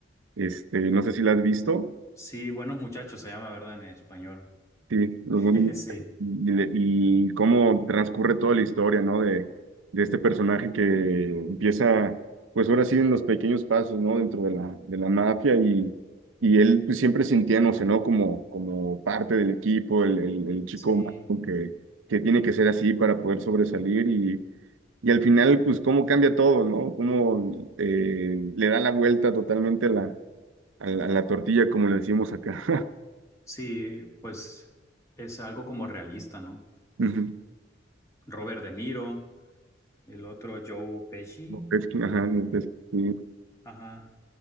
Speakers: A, on the right (about 85°); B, on the left (about 15°).
A: este, no sé si la has visto.
B: sí, buenos muchachos se llama, ¿verdad? En español.
A: Sí, los
B: <laughs>
A: buenos-
B: Sí,
A: y, le- y cómo transcurre toda la historia, ¿no? De, de este personaje que empieza, pues ahora sí, en los pequeños pasos, ¿no? Dentro de la, de la mafia y, y él pues, siempre sintiéndose, ¿no? Como, como parte del equipo, el, el, el chico
B: sí,
A: malo que, que tiene que ser así para poder sobresalir y, y al final, pues cómo cambia todo, ¿no? Cómo eh, le da la vuelta totalmente a la, a la, a la tortilla, como le decimos acá.
B: sí, pues es algo como realista, ¿no?
A: <laughs> Ujú.
B: Robert De Niro, el otro Joe Pesci.
A: Montesquieu, ajá, Montesquieu.
B: Ajá.